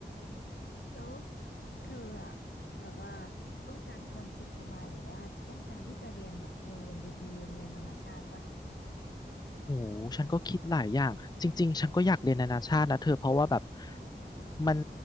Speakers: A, on the left (about 80°); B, on the left (about 25°).
A: แล้วเธออะแบบว่าต้องการความสุขสบายหรือว่าต้องการที่จะเรียนแบบโรงเรียนดีๆโรงเรียนนานาชาติปะ
B: โอ้โหฉันก็คิดหลายอย่าง จริงๆ ฉันก็อยากเรียนนานาชาตินะเธอเพราะว่าแบบมัน